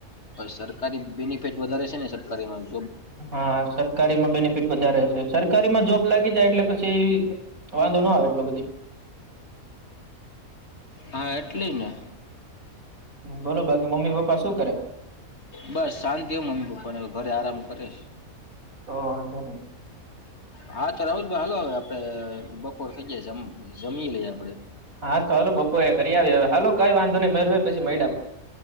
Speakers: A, on the left (about 50°); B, on the right (about 75°).
A: સરકારી બેનિફિટ વધારે છે ને સરકારી માં
B: હા સરકારીમાં બેનિફિટ વધારે છે સરકારીમાં જોબ લાગી જાય એટલે પછી વાંધો ના આવે એટલો બધી
A: હા એટલી ને
B: બધી બોલો બાકી મમ્મી પપ્પા શું કરે
A: બસ શાંતિ એ મમ્મી પપ્પાને ઘરે આરામ કરે
B: તો અંધ
A: હા તો રાહુલભાઈ હાલ હવે આપડે બપોર થઇ ગયા જમી લઈ આપડે
B: હા તો હલો બપો એ કરી આવે હવે હાલલો કઈ વાંધો નઈ મેરવે પછી મળ